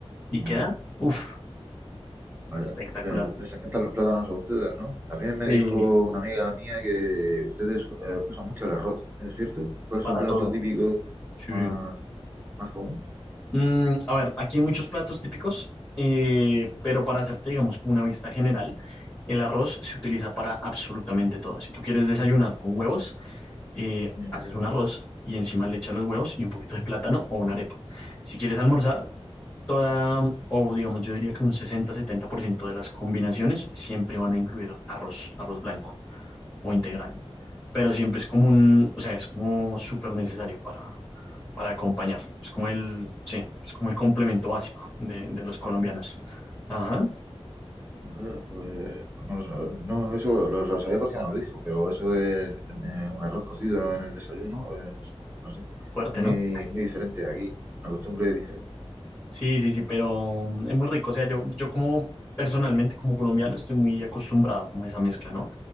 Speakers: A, on the left (about 20°); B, on the right (about 20°).
A: Y queda,
B: Ajá.
A: uff,
B: Vaya,
A: espectacular.
B: le- les, encantan los plátanos a ustedes, ¿no? También me
A: Sí,
B: dijo una amiga mía que ustedes eh, usan mucho el arroz, ¿es cierto? ¿Cuál
A: para
B: es su plato
A: todo.
B: típico
A: Sí.
B: más, más común?
A: Mm, a ver, aquí hay muchos platos típicos, eh, pero para hacerte, digamos, como una vista general, el arroz se utiliza para absolutamente todo. Si tú quieres desayunar con huevos, eh,
B: Mm,
A: haces un arroz y encima le echas los huevos y un poquito de plátano o una arepa. Si quieres almorzar, toda, o digamos, yo diría que un sesenta setenta por ciento de las combinaciones siempre van a incluir arroz, arroz blanco o integral.
B: mm.
A: Pero siempre es como un, o sea, es como súper necesario para acompañar. Es como el, sí, es como el complemento básico de, de los colombianos.
B: Ah,
A: Ajá,
B: eh, pues, pues no lo sabía. No, eso lo, lo sabía porque me lo dijo, pero eso de eh, un arroz cocido en el desayuno es, no sé,
A: fuerte,
B: muy,
A: ¿no?
B: muy diferente aquí, una costumbre diferente.
A: Sí, sí, sí, pero mm, es muy rico. O sea, yo, yo como personalmente, como colombiano, estoy muy acostumbrado como a esa mezcla, ¿no?